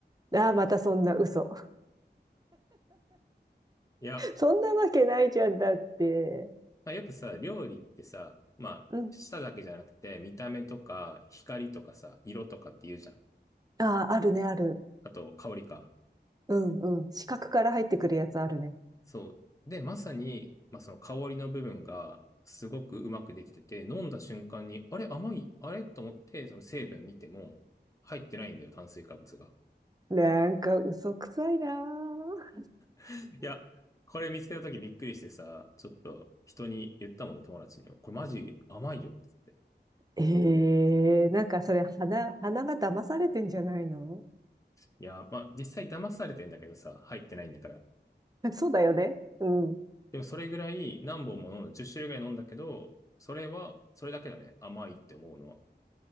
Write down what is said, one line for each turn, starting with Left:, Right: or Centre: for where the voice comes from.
Right: ああ、またそんな嘘。
Left: いや、
Right: <laughs> そんなわけないじゃんだって。
Left: まあ、よくさ、料理ってさ、まあ、
Right: うん。
Left: 舌だけじゃなくて、見た目とか、光とかさ、色とかって言うじゃん。
Right: ああ、あるね、ある。
Left: あと、香りか。
Right: うん、うん。四角から入ってくるやつあるね。
Left: そう。で、まさに、まあ、その香りの部分が、すごくうまくできてて、飲んだ瞬間に、あれ、甘い、あれと思って、その成分見ても、入ってないんだよ、炭水化物が。
Right: なんか嘘くさいなー。
Left: <laughs> いや、これ見つけた時びっくりしてさ、ちょっと人に言ったもんね、友達にも。これマジ甘いよ、つって。
Right: ええなんかそれ、鼻、鼻が騙されてんじゃないの
Left: いや、まあ、実際騙されてんだけどさ、入ってないんだから。
Right: <laughs> そうだよね。うん。
Left: でもそれぐらい何本も飲んだ、10種類ぐらい飲んだけど、それは、それだけだね。甘いって思うのは。